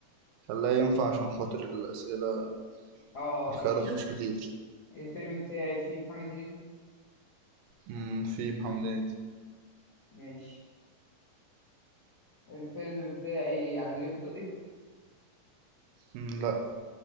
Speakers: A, on the right; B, on the left.
A: خليها ينفع عشان خاطر الأسئلة
B: اه
A: الخيارات
B: ماشي
A: مش كتير
B: الفيلم بتاعي فيه محمد هنيدي
A: مم، في محمد هنيدي
B: ماشي الفيلم بتاعي عندليب الدقي
A: مم، لا